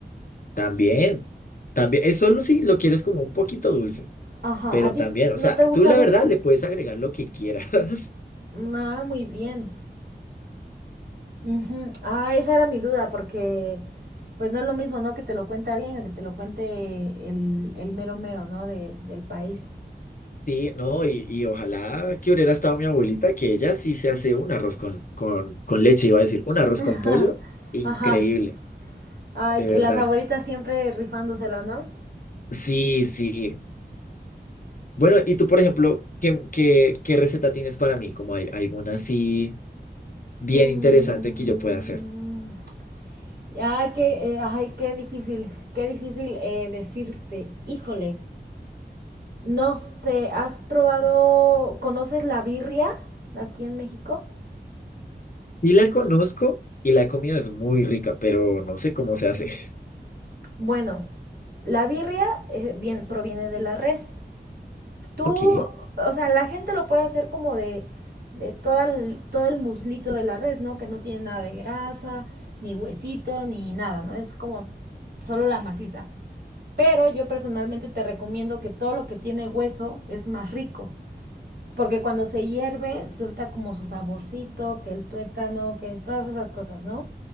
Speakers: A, on the left (about 50°); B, on the right (about 60°).
A: También, también, es solo si lo quieres como un poquito dulce,
B: Ajá,
A: pero
B: ¿a ti
A: también,
B: no
A: o sea,
B: te gusta
A: tú la
B: dulce?
A: verdad le puedes agregar lo que quieras. <laughs>
B: Ah, muy bien. Ujú. Ah, esa era mi duda, porque pues no es lo mismo, ¿no? Que te lo cuente alguien a que te lo cuente el, el mero mero, ¿no? De, del país.
A: Sí, no, y, y ojalá que hubiera estado mi abuelita, que ella sí se hace un arroz con, con, con leche, iba a decir, un arroz
B: <laughs>
A: con pollo, increíble,
B: Ajá. Ay,
A: de
B: que
A: verdad.
B: las abuelitas siempre rifándosela, ¿no?
A: Sí, sí. Bueno, y tú, por ejemplo, ¿qué, qué, qué receta tienes para mí? Como hay, alguna así bien
B: Mm.
A: interesante que yo pueda hacer.
B: Ay, qué, eh, ay, qué difícil, qué difícil eh, decirte. Híjole, no sé, ¿has probado, conoces la birria aquí en México?
A: Y la conozco y la he comido, es muy rica, pero no sé cómo se hace. <laughs>
B: Bueno, la birria eh, bien- proviene de la res. Tú,
A: Ok,
B: o sea, la gente lo puede hacer como de, de todo el, todo el muslito de la res, ¿no? Que no tiene nada de grasa, ni huesito, ni nada, ¿no? Es como solo la maciza. Pero yo personalmente te recomiendo que todo lo que tiene hueso es más rico, porque cuando se hierve suelta como su saborcito, que el tuétano, que todas esas cosas, ¿no?